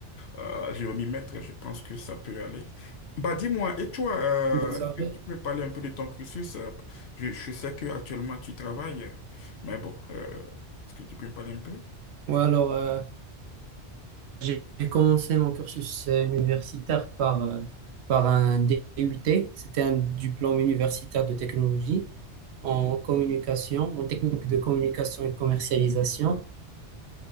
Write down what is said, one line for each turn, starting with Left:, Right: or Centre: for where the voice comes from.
Left: euh, je vais m'y mettre, je pense que ça peut aller. Bah, dis-moi, et toi, euh,
Right: Vous
Left: est-ce
Right: avez-
Left: que tu peux me parler un peu de ton cursus? euh, Je, je sais que actuellement tu travailles, mais bon, euh, est-ce que tu peux me parler un peu?
Right: Ouais, alors, euh, J'ai commencé mon cursus euh, universitaire par, euh, par un DUT. C'était un diplôme universitaire de technologie en communication, en technique de communication et commercialisation.